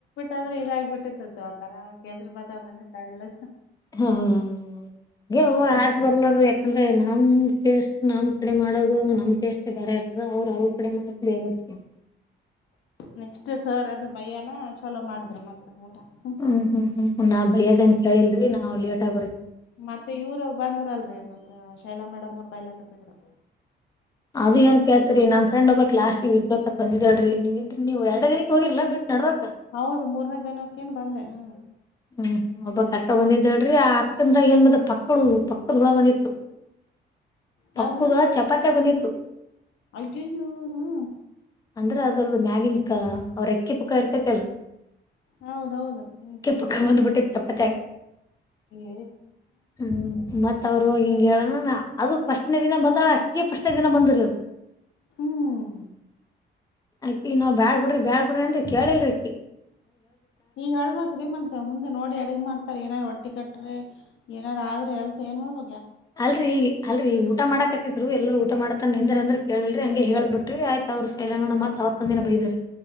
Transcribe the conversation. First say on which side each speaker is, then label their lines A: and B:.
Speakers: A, on the left; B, on the left.
A: ಎಸ್ಟದ್ರ ಇದಾಗ ಬಿಟ್ಟಿತಲ್ಲಿ ಒಂಥರ ಕೇಸ್ರಿ ಬಾತ್ ಆದಂಗ ತೆಳ್ಳಗ.
B: ಹ ಹೌದ ಹೌದು ಗೆ ಅವು
A: ಹೆಂಗರ
B: ಆಗ್ ಬರ್ಲಾಅದು ಯಾಕಂದ್ರೆ ನಮ್ ಟೇಸ್ಟ್ ನಮ್
A: ಹ್ಮ್
B: ಕಡೆ ಮಾಡದು ನಮ್ ಟೇಸ್ಟೇ ಬ್ಯಾರೆ ಇರ್ತದ. ಅವ್ರ ಅವ್ರ ಕಡೆ ಮಾಡಿದ್ ಬೇರೆ ಇರ್ತಾದ್ರಿ.
A: ನೆಕ್ಸ್ಟ್ ಸರ್ ಅದು ಬೈಯಾನ ಚಲೋ ಮಾಡಿದ್ರ ಮತ್ತ ಊಟ. ಹ್ಮ
B: ಹ್ಮ್ ಹ್ಮ್ ಹ್ಮ್ ನಾ ಬೈಯಾದೇನ್ ಕೇಳಿಲ್ರಿ ನಾವ್ ಲೇಟ್ ಆಗ್ ಬರ್
A: ಮತ್ತ ಇವ್ರು ಬಂದ್ರಲ್ರರಿ ಮತ್ತ ಶೈಲಾ ಮೇಡಮ್ ಅವ್ರು ಬೈಲಕತ್ತಿದ್ರು.
B: ಅದು ಏನ್ ಕೇಳ್ತ್ರಿ ನಮ ಫ್ರೆಂಡ್ ಒಬ್ಬಾಕಿ ಲಾಸ್ಟ್ಗಿ ಇರ್ಬೇಕತ್ ಬಂದಿದಾಳ್ರೀ ನೀವ್ ಇದ್ರ ನೀವು ಎರಡ ದಿನಿಕ್ಕಿ ಹೋಗಿರ್ಲ ಬಿಟ್ ನಡ್ಬಾರ್ಕ
A: ಹೌದು ಮೂರ್ನೇ ದಿನಕ್ಕೇನ ಬಂದೆ. ಹ್ಮ್
B: ಹ್ಮ್ ಒಬ್ಬಕ್ ಅಕ್ಕ ಬಂದಿದ್ದಳ್ರಿ ಆ ಅಕ್ಕಂದ್ರ ಏನ್ ಬಿದ್ದತ್ ಪಕ್ಕುಳು ಪಕ್ಕದ ಹುಳ ಬಂದಿತ್ತು.
A: ಯಾವದ್ರಿ
B: ಪಕ್ಕುದುಳ ಚಪಾತ್ಯಾಗ ಬಂದಿತ್ತು.
A: ಅಯ್ಯಯ್ಯೋ ಹ್ಮ್
B: ಅಂದ್ರ ಅದ್ರ್ದ ಮ್ಯಾಗಿ ಕ ಅವ್ರ ರೆಕ್ಕಿ ಪುಕ್ಕ ಇರ್ತೈತಲ್.
A: ಹೌದೌದು ಹ್ಮ
B: ಪಕ್ಕ ಬಂದ್ಬಿಟ್ಟೆ ಚಾ ಆಗ
A: ಏ
B: ಹ್ಮ್ ಮತ್ ಅವರು ಹೋಗಿಂಗ ಹೇಳಣ ನ ಅದು ಪಶಸ್್ ದಿನ ಬಂದಳ ಅಕ್ಕಿಗೆಶ ಕೆ ದಿನ ಬಂದರ
A: ಹ್ಮ್
B: ಅಕ್ಕಿ ನಾವ್ ಬ್ಯಾಳ್ ಬಿಡ್ರಿ ಬ್ಯಾಳ್ ಬಿಡ್ರಿ ಅಂತ ಕೇಳಿಲ್ರಿ ಅಕ್ಕಿ
A: ನೀ ಹೇಳ್ಬೇಕ್ರೀ ಮ ಮುಂದೆ ನೋಡಿ ಅಡಗೆ ಮಾಡ್ತಾರೆ ಏನಾದಾರು ಒಟ್ಟಿ ಕಟ್ರಿ ಏನಾರ ಆದ್ರೆ ಅಲ್ತ್ ಏನ್ ಮಾಡ್ಬ
B: ಅಲ್ರರಿ ಅಲ್ರಿ ಊಟ ಮಾಡಕತ್ತಿದ್ರು ಎಲ್ಲರೂ ಊಟ ಮಾಡ್ತನ್ ನಿಂದ್ರ ಅಂದ್ರ ಕೇಳಲ್್ರಿ ಹಂಗೆ ಹೇಳದ್ ಬಿಟ್ರಿ ಆಯ್ತ ಮ ಅವ್ರ ಸೈಲಂಗಣಮ್ಮತ್ತತ್ ಅವತ್ತಂದ ದಿನ ಬರೀರಿ